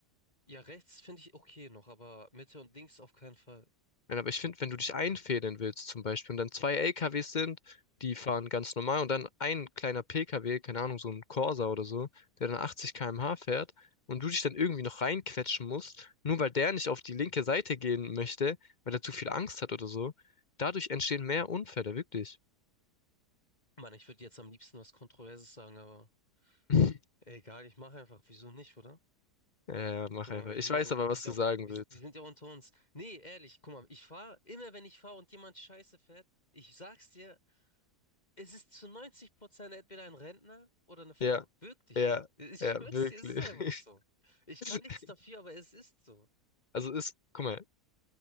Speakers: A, on the left; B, on the left.
A: Ja, rechts finde ich okay noch, aber Mitte und links auf keinen Fall.
B: Nein, aber ich finde, wenn du dich einfädeln willst zum Beispiel und dann zwei LKWs sind, die fahren ganz normal und dann ein kleiner PKW, keine Ahnung, so ein Corsa oder so, der dann 80 km/h fährt und du dich dann irgendwie noch reinquetschen musst, nur weil der nicht auf die linke Seite gehen möchte, weil er zu viel Angst hat oder so, dadurch entstehen mehr Unfälle, wirklich.
A: Mann, ich würde jetzt am liebsten was Kontroverses sagen, aber.
B: <laughs>
A: Egal, ich mache einfach. Wieso nicht, oder?
B: Ja, ja, mach
A: Guck
B: einfach.
A: mal, wir
B: Ich
A: sind
B: weiß
A: ja, un- wir
B: aber, was
A: sind ja,
B: du sagen
A: wir
B: willst.
A: sind, wir sind ja unter uns. Nee, ehrlich, guck mal, ich fahre, immer wenn ich fahre und jemand Scheiße fährt, ich sag's dir, es ist zu 90 Prozent entweder ein Rentner oder eine Frau.
B: Ja,
A: Wirklich,
B: ja,
A: Mann. <laughs> Ich
B: ja,
A: schwör's
B: wirklich.
A: dir, es ist einfach so. Ich
B: <laughs>
A: kann nichts dafür, aber es ist so.
B: Also ist, guck mal.